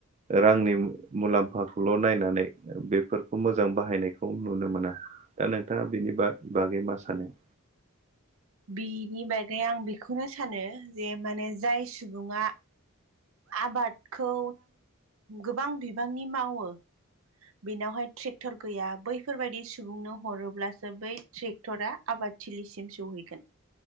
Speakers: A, on the right (about 30°); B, on the right (about 70°).
A: रांनि मुलाम्फाखौल' नायनानै बेफोरखौ मोजां बाहायनायखौ नुनो मोना। दा नोंथाङा बेनि बागै मा सानो?
B: बिनि बागै आं बेखौनो सानो जे माने जाय सुबुङा आबादखौ गोबां बिबांनि मावो। बेनावहाय ट्रेक्टर गैया बैफोरबायदि सुबुंनो हरोब्लासो बै ट्रेक्टर टरा आबादथिलिसिम सौहैगोन।